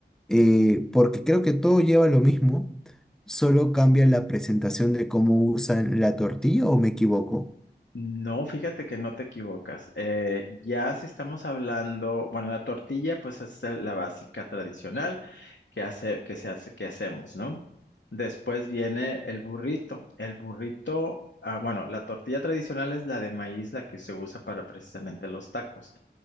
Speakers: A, in the centre; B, on the left.
A: eh,
B: mm.
A: porque creo que todo lleva lo mismo, solo cambia la presentación de cómo usan la tortilla o me equivoco.
B: No, fíjate que no te equivocas. Eh, ya si estamos hablando, bueno, la tortilla pues es la básica tradicional. que hace, que se hace, que hacemos, ¿no? Después viene el burrito. El burrito, ah, bueno, la tortilla tradicional es la de maíz, la que se usa para precisamente los tacos.